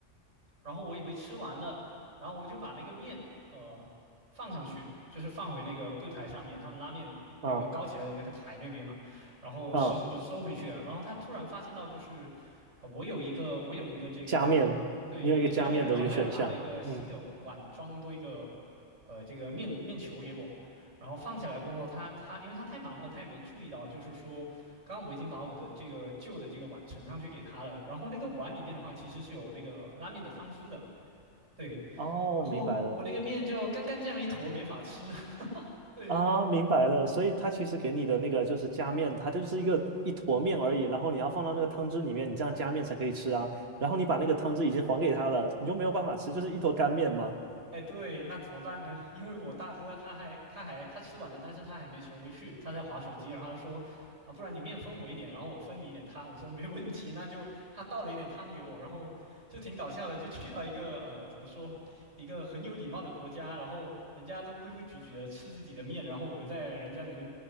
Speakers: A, on the right; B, on the right.
A: 然后我以为吃完了，然后我就把那个面呃放上去，就是放回那个柜台上面，他们拉面那个高起来的那个台那边嘛。
B: 嗯
A: 然后师傅就收回去了，
B: 嗯，
A: 然后他突然发现到就是，呃，我有一个我有一个这个，
B: 加面，
A: 对，
B: 你有一个加面的这个选项。
A: 有一个加面，然后他又拿了一个新的碗装多一个，
B: 嗯，
A: 呃，这个面面球给我，然后放下来过后，他他因为他太忙了，他也没注意到，就是说。刚刚我已经把我的这个旧的这个碗盛上去给他了，然后那个碗里面的话其实是有那个拉面的汤汁的，对，
B: 哦，
A: 然后我那个面就干干这样一坨没法吃，
B: 明白了
A: <laughs> 对，
B: 啊，明白了。所以它其实给你的那个就是加面，它就是一个一坨面而已，然后你要放到那个汤汁里面，你这样加面才可以吃啊。然后你把那个汤汁已经还给他了，你就没有办法吃，就是一坨干面吗？
A: 哎，对，那怎么办呢？因为我大哥他还他还他吃完了，但是他还没盛回去，他在划手机，然后他说，啊，不然你面分我一点，然后我分你一点汤。我说没问题，那就他倒了一点汤给我，然后就挺搞笑的，就去到一个呃怎么说，一个很有礼貌的国家，然后人家都规规矩矩的吃自己的面，然后我们在人家的那